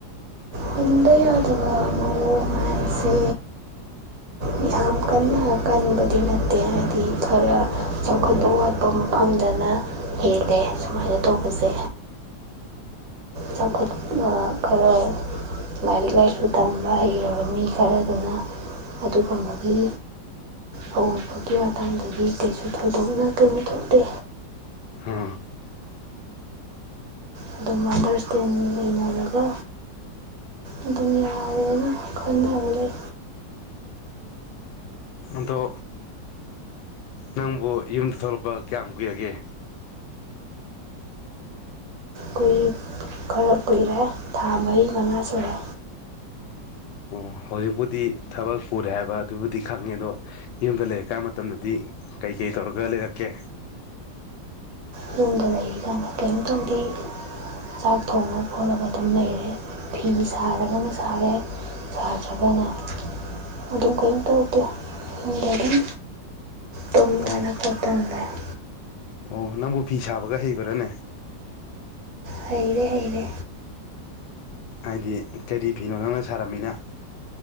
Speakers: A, on the right; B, on the left.
A: ꯍꯟꯗ ꯌꯥꯗꯕ ꯃꯑꯣꯡ ꯍꯥꯏꯁꯦ ꯃꯤ ꯌꯥꯝ ꯀꯟꯅꯀꯥꯟ ꯅꯨꯕꯗꯤ ꯅꯠꯇꯦ ꯍꯥꯏꯗꯤ ꯈꯔ
B: ꯑꯣ
A: ꯆꯥꯎꯈꯠꯄꯕ ꯋꯥꯠꯄ ꯃꯐꯝꯗꯅ ꯍꯦꯜꯂꯦ ꯁꯨꯃꯥꯏꯅ ꯇꯧꯕꯁꯦ ꯆꯥꯎꯈꯠ ꯈꯔ ꯂꯥꯏꯔꯤꯛ ꯂꯥꯏꯁꯨ ꯇꯝꯕ ꯍꯩꯔꯕ ꯃꯤ ꯈꯔꯗꯨꯅ ꯑꯗꯨꯒꯨꯝꯕꯒꯤ ꯍꯧꯕꯒꯤ ꯃꯇꯥꯡꯗꯗꯤ ꯀꯩꯁꯨ ꯊꯧꯗꯣꯛꯅ ꯀꯩꯅꯣ ꯊꯣꯛꯇꯦ
B: ꯍꯥ
A: ꯑꯗꯨꯝ ꯑꯟꯗꯔꯁꯇꯦꯟꯗꯤꯡ ꯂꯩꯅꯔꯒ ꯑꯗꯨꯝ ꯌꯥꯔꯦꯅ ꯈꯕ ꯂꯩ
B: ꯑꯗꯣ ꯅꯪꯕꯨ ꯌꯨꯝꯗ ꯊꯣꯛꯂꯛꯄ ꯀꯌꯥꯝ ꯀꯨꯏꯔꯒꯦ
A: ꯀꯈꯨꯏ ꯈꯔ ꯀꯨꯏꯔꯦ ꯊꯥ ꯃꯔꯤ ꯃꯉꯥ ꯁꯨꯔꯦ
B: ꯑꯣ ꯍꯧꯖꯤꯛꯄꯨꯗꯤ ꯊꯕꯛ ꯄꯨꯔꯦ ꯍꯥꯏꯕ ꯑꯗꯨꯕꯨꯗꯤ ꯈꯪꯉꯦ ꯑꯗꯣ ꯌꯨꯝꯗ ꯂꯩꯔꯛꯀꯥꯟ ꯃꯇꯝꯗꯗꯤ ꯀꯩꯀꯩ ꯇꯧꯔꯒ ꯂꯩꯔꯛꯀꯦ
A: ꯌꯨꯝꯗ ꯂꯩꯔꯤꯀꯥꯟꯗ ꯀꯔꯤꯝ ꯇꯧꯗꯦ ꯆꯥꯛ ꯊꯣꯡꯉ ꯈꯣꯠꯂꯒ ꯑꯗꯨꯝ ꯂꯩꯔꯦ ꯐꯤ ꯁꯥꯔꯒꯅ ꯁꯥꯔꯦ ꯁꯥꯗ꯭ꯔꯒꯅ ꯑꯗꯨꯝ ꯀꯔꯤꯝ ꯇꯧꯗꯦ ꯌꯨꯝꯗ ꯑꯗꯨꯝ ꯇꯣꯝꯗꯅ
B: ꯑꯣ
A: ꯐ ꯃꯇꯝꯝ ꯂꯩꯦ
B: ꯑꯣ ꯅꯪꯕꯨ ꯐꯤ ꯁꯥꯕꯒ ꯍꯩꯕ꯭ꯔꯥꯅꯦ
A: ꯍꯩꯔꯦ ꯍꯩꯔꯦ
B: ꯍꯥꯏꯗꯤ ꯀꯔꯤ ꯐꯤꯅꯣ ꯅꯪꯅ ꯁꯥꯔꯝꯃꯤꯅ